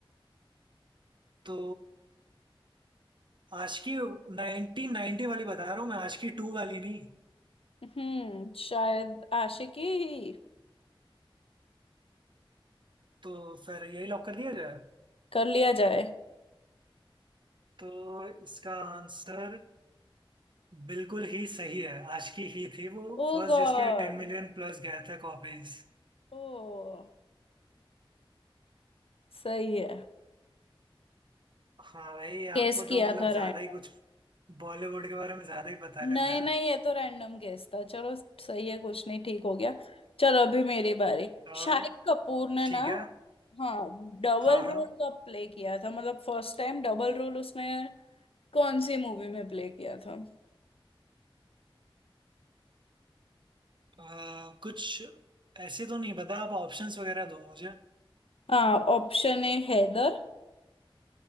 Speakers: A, on the right; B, on the left.
A: तो आशिकी नाइनटीन नाइनटी वाली बता रहा हूँ मैं आशिकी टू वाली नहीं
B: हम्म शायद आशिकी ही
A: तो फिर यही लॉक कर दिया जाए
B: कर लिया जाए
A: तो इसका आंसर बिल्कुल ही सही है आशिकी ही थी वो
B: Oh
A: फर्स्ट
B: god
A: जिसके टेन मिलियन प्लस गए थे कॉपीज
B: ओ सही है
A: हाँ भाई
B: गेस
A: आपको तो
B: किया
A: मतलब
B: था
A: ज्यादा
B: रैंडम
A: ही कुछ बॉलीवुड के बारे में ज्यादा ही पता
B: नहीं
A: लग रहा
B: नहीं
A: है
B: ये तो रैंडम गेस था चलो सही है कुछ नहीं ठीक हो गया चलो अभी मेरी बारी
A: हाँ
B: शाहिद कपूर ने
A: ठीक
B: ना
A: है
B: हाँ डबल
A: हाँ हाँ
B: रोल कब प्ले किया था मतलब फर्स्ट टाइम डबल रोल उसने कौन सी मूवी में प्ले किया था
A: अ, कुछ ऐसे तो नहीं पता आप ऑप्शंस वगैरह दो मुझे
B: हाँ option A Haider